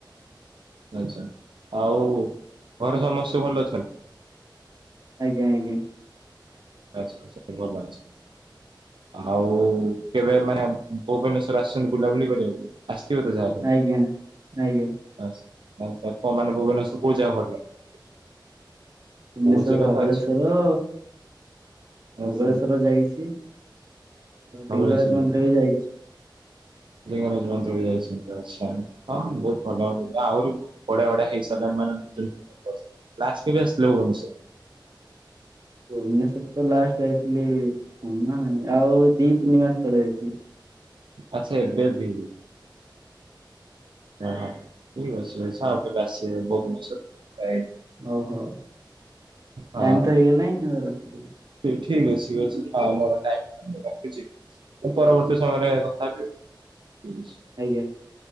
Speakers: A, on the right; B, on the right.
A: ଆଛା ଆଉ ଘରେ ସମସ୍ତେ ଭଲ ଅଛନ୍ତି।
B: ଆଜ୍ଞା ଆଜ୍ଞା।
A: ଆଚ୍ଛା ଆଛ ସ ଭଲ ଅଛି। ଆଉ କେବେ ମାନେ ଭୁବନେଶ୍ୱର ଆସିଛନ୍ତି ବୁଲାବୁଲି କରିବାକୁ। ଆସଥିବେ ତ ଯାହା ହେଲେ।
B: ଆଜ୍ଞା ଆଜ୍ଞା।
A: <inaudible>
B: ଭୁବନେଶ୍ୱର
A: ବହୁତ ଜାଗା
B: ଧବଳେଶ୍ଵର।
A: ତ ଅଛି। ଆଚ୍ଛା
B: ଧବେଳେଶ୍ଵର ଯାଇଛି
A: ଧବଳେଶ୍ୱର
B: ଲିଙ୍ଗରାଜ ମନ୍ଦିର ବି ଯାଇଛି। <inaudible>
A: ଲିଙ୍ଗରାଜ ମନ୍ଦିର ବି ଯାଇଛନ୍ତି ଆଛା ହଁ ବହୁତ ଭଲ ଆହୁରି ବଢ଼ିଆ ବଢିଆ ହେଇସାରିଲାଣି ମନେ ଲାଷ୍ଟ କେବେ ଆସିଥିଲ ଭୁବନେଶ୍ୱ
B: ଉନେଶ ତ ଲାଷ୍ଟ ଯାଇଥିଲି <unintelligible> ଆଉ ଦି ତିନି ମାସ ତଳେ ଯାଇଥିଲି
A: ଆଛା ଏବେ ବି ହ ହଁ ଠିକ ଅଛି ଆସ ଆଉ କେବେ ଆସିଲେ ଭୁବନେଶ୍ୱର
B: ହଉ ହଉ
A: ହଁ।
B: ଟାଇମ ତ ହେଇଗଲାଣି ହଉ ରଖୁଛି।
A: ଠିକ ଅଛି ଠିକ୍ ଅଛି ହଁ ମୋର ରଖୁଛି। ପରବର୍ତ୍ତୀ ସମୟରେ କଥା ହେବି ଆଉ।
B: ଆଜ୍ଞା।